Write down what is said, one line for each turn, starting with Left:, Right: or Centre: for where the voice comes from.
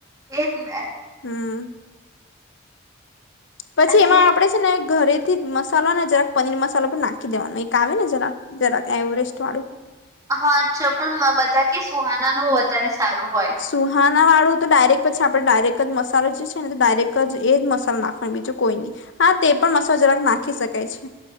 Right: એજને,
Left: હું, પછી
Right: અને
Left: એમાં આપડે છે, ને ઘરે થી મસાલા ને જરાક પનીર મસાલો પણ નાખી દેવાનું એક આવેને જરાક- જરાક એવરેસ્ટ વાળું.
Right: હા અચ્છા પણ બધા કે સુહાનાન વધારે સારું હોય.
Left: સુહાનાવાળું તો ડાયરેક્ટ પછી આપણે ડાયરેક્ટ જ મસાલો જે છે, નેતો ડાયરેક જ એજ મસાલો નાખવાનો બીજું કોઈ નહીં. હાતે પણ મસાલા જરાક નાખી શકાય છે,